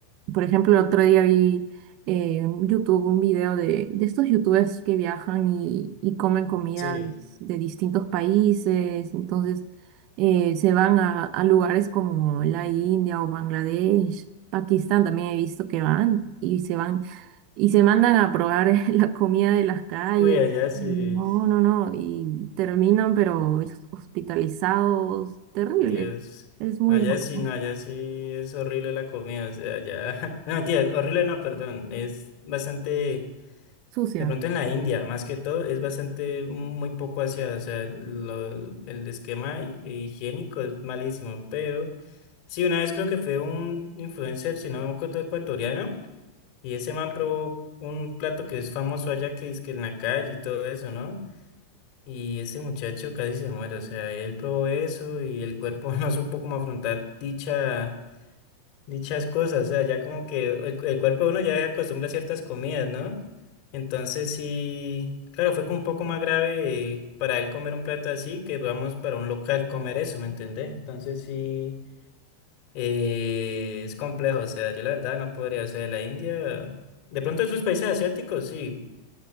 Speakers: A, on the right; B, on the left.
A: Por ejemplo, el otro día vi eh, en YouTube un video de, de estos youtubers que viajan y, y comen comidas
B: Sí,
A: de distintos países. Entonces, eh, se van a, a lugares como la India o Bangladesh. Pakistán también he visto que van y se van y se mandan a probar <laughs> la comida de las calles.
B: Uy, allá sí,
A: No, no, no. Y terminan, pero hospitalizados, terribles.
B: Dios.
A: Es muy
B: Allá
A: loco.
B: sí, no, allá sí es horrible la comida, o sea, allá... <laughs> No, mentira, horrible no, perdón, es bastante...
A: Sucia.
B: De pronto en la India, más que todo, es bastante muy poco hacia, o sea, lo- el esquema hi- higiénico es malísimo, pero sí, una vez creo que fue un influencer, si no me acuerdo, ecuatoriano, Y ese man probó un plato que es famoso allá que es que en la calle y todo eso, ¿no? Y ese muchacho casi se muere, o sea, él probó eso y el cuerpo <laughs> no supo cómo afrontar dicha, dichas cosas, o sea, ya como que el, el cuerpo de uno ya se acostumbra a ciertas comidas, ¿no? Entonces sí, claro, fue como un poco más grave eh, para él comer un plato así que, digamos, para un local comer eso, ¿me entendés? Entonces sí. Eh, es complejo, o sea, yo la verdad no podría, o sea, la India, de pronto otros países asiáticos sí,